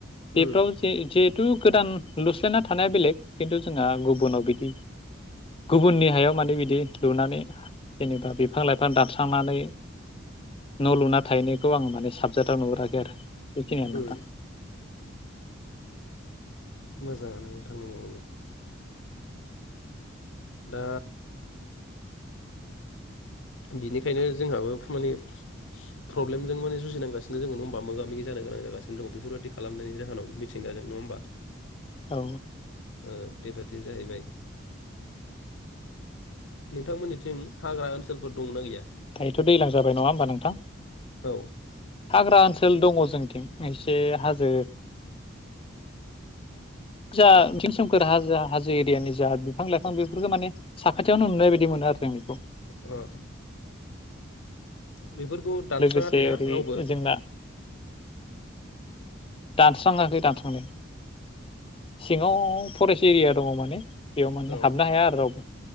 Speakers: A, on the left (about 70°); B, on the left (about 30°).
A: उम
B: बेफ्राव जे जिहेतु गोदान लुस्लायना थानाया बेलेग खिन्थु जोंहा गुबुनाव बिदि गुबुननि हायाव माने बिदि लुनानै जेनेबा बिफां लाइ फां दानस्रांनानै न' लुना थाहैनायखौ आङो माने साबजाथाव नुहराखै गेर बेखिनियानो नोंथां
A: उम मोजाङानो <unintelligible> दा बिनिखायनो जोंहाबो माने प्रब्लेमजों माने जुजिनांगासिनो जोङो नङ होमबा मोगा मोगि जानो गोनां जागासिनो दङ बेफोरबायदि खालामनायनि जाहोनाव मिथिंगाजों नङा हबा
B: औ
A: औ बेेबाय बि जाहैबाय नोंथांमोननिथिं हाग्रा ओनसोलफोर दंना गैया
B: दायोथ' दैज्लां जाबाय नङा होमबा नोंथां
A: औ ओ
B: हाग्रा ओनसोल ल दङ जोंथिं एसे हाजो <unintelligible> सोमखोर हाजो हाजो एरियानि जा बिफां लाइफां बेफोरखौ माने साखाथियावनो नुनाय बायदि मोनो आरो जों
A: अ बेफोरखौ दानस्राङाखैना
B: लोगोसे ओरै
A: रावबो अ
B: जोंना दानस्राङाखै दानस्रांनाया सिङाव फरेस्ट एरिया दङ माने बेयाव माने
A: औ
B: हाबनो हाया आरो रावबो